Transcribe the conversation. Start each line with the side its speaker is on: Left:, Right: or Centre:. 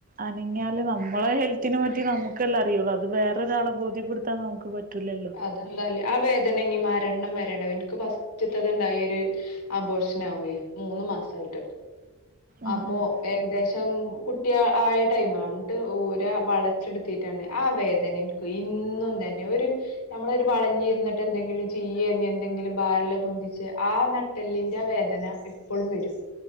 Right: അനങ്ങ്യാല് നമ്മളെ ഹെൽത്തിനെ പറ്റി നമുക്കല്ലേ അറിയൊള്ളൂ അത് വേറൊരാളെ ബോധ്യപ്പെട് ത്താൻ നമുക്ക് പറ്റൂലല്ലോ
Left: അതെന്തായാലും ആ വേദന ഇനി മരണം വരെണ്ടാവും ഇൻക്ക് ഫസ്റ്റത്തത്ണ്ടായി ഒര് അബോഷനാവേ മൂന്ന് മാസായിട്ട്
Right: ഉം
Left: അപ്പോ
Right: ഉം
Left: ഏകദേശം കുട്ടി അ ആയ ടൈമാ ഇന്നട്ട് ഊരാ വളച്ചെടുത്തിട്ടാണ് ആ വേദനിം ക്കും ഇന്നും ഇതന്നെയാ ഒര് ഞമ്മളൊരു വളഞ്ഞിര്ന്ന്ട്ട് എന്തെങ്കിലും ചെയ്യേ ഇനി എന്തെങ്കിലും ഭാരള്ളെ പൊന്തിച്ച് ആ നട്ട് ട്ടല്ലിന്റെ ആ വേദന ഇപ്പളും വെരും